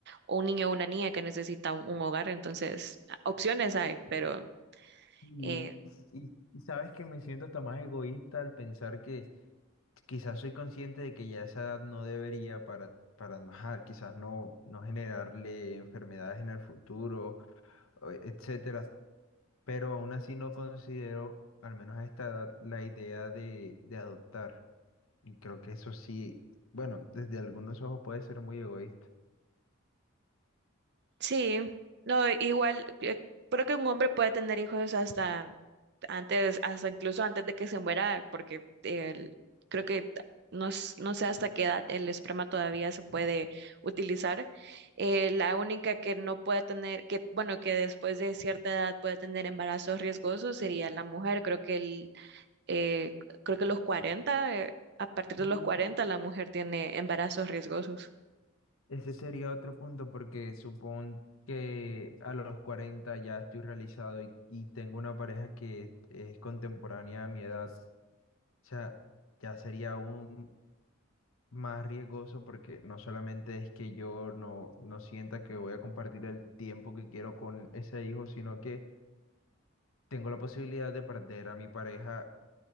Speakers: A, on the right (about 55°); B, on the left (about 80°).
A: o un niño o una niña que necesita un, un hogar. Entonces, opciones hay, pero...
B: Y,
A: eh,
B: y- y sabes que me siento hasta más egoísta al pensar que quizás soy consciente de que ya a esa edad no debería para, para no, <laughs> ajá, quizás no, no generarle enfermedades en el futuro, o- etcétera. pero aún así no considero, al menos a esta edad, la idea de, de adoptar. Y creo que eso sí, bueno, desde algunos ojos puede ser muy egoísta.
A: Sí, no, igual, eh, creo que un hombre puede tener hijos hasta antes, hasta incluso antes de que se muera, porque el- creo que t- no, s- no sé hasta qué edad el esperma todavía se puede utilizar. Eh, la única que no puede tener, que bueno, que después de cierta edad puede tener embarazos riesgosos sería la mujer. Creo que el, eh, creo que los 40 eh, a partir
B: Y
A: de los 40 la mujer tiene embarazos riesgosos.
B: ese sería otro punto, porque supón que a los 40 ya estoy realizado y, y tengo una pareja que es contemporánea a mi edad. O sea, ya sería aún más riesgoso porque no solamente es que yo no, no sienta que voy a compartir el tiempo que quiero con ese hijo, sino que tengo la posibilidad de perder a mi pareja